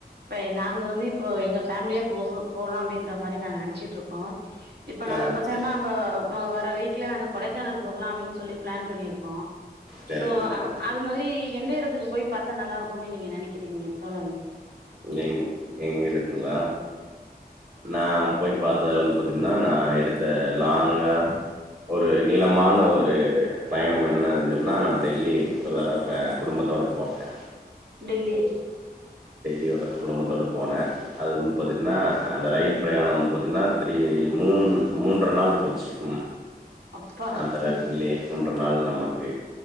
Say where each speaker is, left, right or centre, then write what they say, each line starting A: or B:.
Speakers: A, on the right; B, on the right.
A: ப நாங்க வந்துப் இப்போ எங்க ஃபேமிலியே போகு போலாம்டின்ற மாரி நாங்க நெனச்சுட்ருக் கோ இப்ப நாங்க
B: ஆ
A: பாத்தன்னா
B: சே
A: அப்ப வ வர வீக் க்ல நாங்க கொடைக்கானல் போகலா அப்டின் சொல்லி ப்ளான் பண்ணியிருக்கோ
B: சேரிங்கம்மா
A: தோ அ அது மாதுரி எந்த எடத்துக்கு போய் பாத் த நல்லா இருக்குமி நீங்க நெனக்கிறீங்க தோழன்மி
B: எங்க எங்களுக்குங்ளா நான் போய் பாத்தல வந்து பாத்தீங்கன்னா நா எடுத்த லாங்கா ஒரு நீளமான ஒரு பயணம் என்னதுன் சொன்னா நா டெல்லி ஒரு தடவ குடும்பத்தோட போன
A: டெல்லி
B: ஒரே ஒர் தடவை குடும்பத்தோட போனே அது வந்து பாத்திங்கன்னா அந்த ரயில் பிரயாணம் வந்து பாத்தன்னா த்ரீ மூணு மூண் ற நாள் போய் ச்சி ம்
A: அப்பா
B: அந்த <unintelligible>
A: ம்
B: ண்ற நாள் நமக் க்